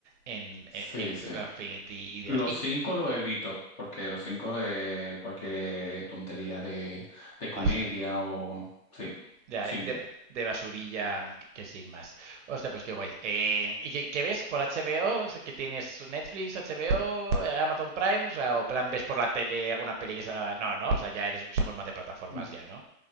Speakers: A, on the right; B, on the left.
A: en,
B: Sí,
A: en, en
B: sí.
A: Film Affinity y
B: Los
A: demás. Y
B: 5 lo evito, porque los 5 de cualquier eh, tontería de, de
A: vas
B: comedia o... Sí,
A: Ya,
B: simple.
A: de, de basurilla que, que sin más. Hostia, pues qué guay. Eh, ¿y qué, qué ves por HBO? ¿Que tienes Netflix, HBO, Amazon Prime? O, sea, ¿o plan ves por la tele alguna peli que salga? No, no, o sea, ya eres, somos más de plataformas
B: N-
A: ya, ¿no?